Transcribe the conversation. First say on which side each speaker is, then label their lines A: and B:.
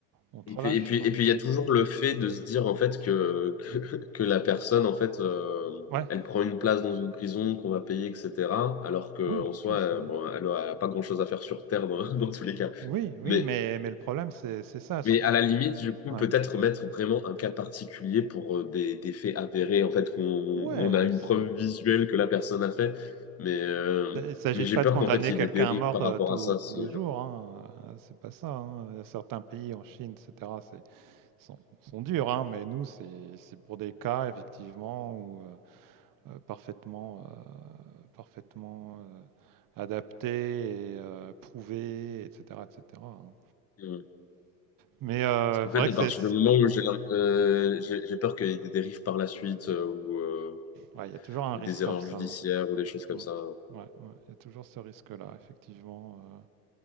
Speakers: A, on the right; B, on the left.
A: on te
B: Et
A: relâche,
B: puis, et puis,
A: quoi.
B: et puis, il y a toujours le fait de se dire en fait que, que, <laughs> que la personne en fait euh,
A: Ouais,
B: elle prend une place dans une prison qu'on va payer, etc. Alors qu'en
A: oui, en
B: soi,
A: plus,
B: euh,
A: oui.
B: bon, elle n'a pas grand-chose à faire sur Terre dans, <laughs> dans tous les cas.
A: Oui, oui,
B: Mais,
A: mais mais le problème, c'est c'est ça, c'est
B: mais à la limite, du coup,
A: ouais.
B: peut-être mettre vraiment un cas particulier pour euh, des, des faits avérés, en fait, qu'on on
A: Ouais,
B: a une preuve visuelle que la personne a fait. Mais, euh,
A: Il ne s'agit
B: mais j'ai
A: pas
B: peur
A: de condamner
B: qu'en fait, il y
A: quelqu'un
B: ait des dérives
A: à mort,
B: par
A: heu,
B: rapport
A: tous
B: à ça. c'est-
A: tous les jours, hein, heu, c'est pas ça, hein. Il y a certains pays en Chine et cetera, c'est sont sont durs, hein, mais nous c'est c'est pour des cas effectivement où, heu heu, parfaitement, heu, parfaitement, heu, adaptés et heu, prouvés et cetera et cetera, hein.
B: euh,
A: Mais heu,
B: En
A: c'est
B: fait,
A: vrai
B: à
A: que
B: partir
A: c'est
B: du moment où j'ai l'im- euh, j'ai j'ai peur qu'il y ait des dérives par la suite euh, ou euh,
A: ouais, il y a toujours un
B: ou
A: risque
B: des erreurs
A: comme ça,
B: judiciaires
A: hein.
B: ou des choses comme
A: Mmh.
B: ça,
A: Ouais, ouais, il y a toujours ce risque-là effectivement, euh,